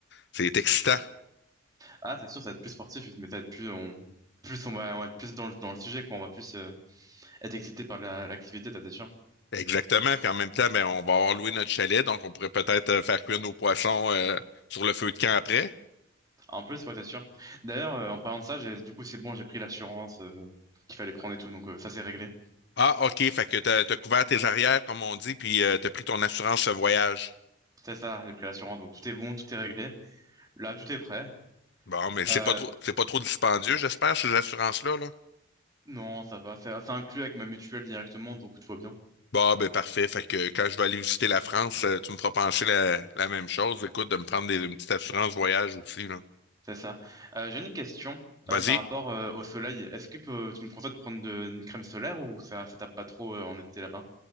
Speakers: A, on the left; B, on the right.
A: c'est excitant.
B: Ah, c'est sûr, ça va être plus sportif, mais ça va être plus, on, plus on va, on va être plus dans le, dans le sujet, quoi. On va plus euh, être excité par la- l'activité, ça, c'est sûr.
A: Exactement. Puis en même temps, ben, on va avoir loué notre chalet, donc on pourrait peut-être euh, faire cuire nos poissons euh, sur le feu de camp après.
B: En plus, ouais, c'est sûr. D'ailleurs, euh, en parlant de ça, j'ai, du coup, c'est bon, j'ai pris l'assurance euh, qu'il fallait prendre et tout, donc euh, ça, c'est réglé.
A: Ah, OK, fait que t'as, t'as couvert tes arrières, comme on dit, puis euh, t'as pris ton assurance voyage.
B: C'est ça, j'ai pris l'assurance, donc tout est bon, tout est réglé. Là, tout est prêt.
A: Bon, mais c'est
B: Euh,
A: pas trop, c'est pas trop dispendieux, j'espère, ces assurances-là, là.
B: non, ça va, c'est c'est inclus avec ma mutuelle directement, donc tout va bien.
A: Bon, ben parfait. Fait que quand je vais aller visiter la France, euh, tu me feras penser la, la même chose. Écoute, de me prendre des, une petite assurance voyage aussi, là.
B: C'est ça. Euh, j'ai une question euh,
A: Vas-y.
B: par rapport euh, au soleil. Est-ce que euh, tu me conseilles de prendre de- une crème solaire ou ça, ça tape pas trop euh, en été là-bas?